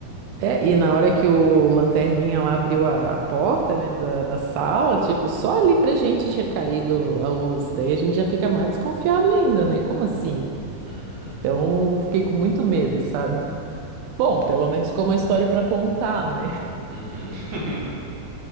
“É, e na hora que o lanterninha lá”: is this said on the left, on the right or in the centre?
Right